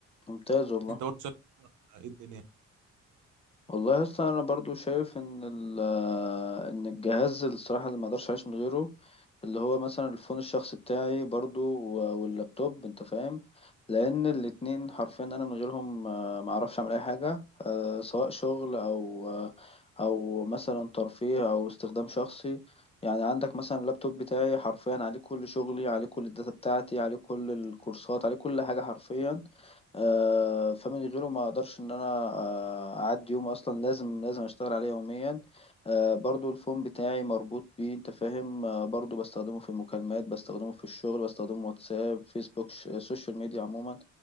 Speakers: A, on the left (about 20°); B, on the right (about 80°).
A: ممتاز والله
B: انت برضو شايف ايه الدنيا
A: والله اصلا انا برضو شايف ان ال- آه، ان الجهاز الصراحه اللي ما اقدرش اعيش من غيره اللي هو مثلا الفون الشخصي بتاعي برضو و- واللابتوب انت فاهم لان الاتنين حرفيا انا من غيرهم آه، ما اعرفش اعمل اي حاجه آه، سواء شغل او آه، او مثلا ترفيه او استخدام شخصي يعني عندك مثلا اللابتوب بتاعي حرفيا عليه كل شغلي عليه كل الداتا بتاعتي عليه كل الكورسات عليه كل حاجه حرفيا آه، فمن غيره ما اقدرش ان انا آه، اعدي يوم اصلا لازم لازم اشتغل عليه يوميا آه، برضو الفون بتاعي مربوط بيه انت فاهم آه، برضو بستخدمه في المكالمات بستخدمه في الشغل بستخدمه واتساب فيسبوك ش- السوشيال ميديا عموما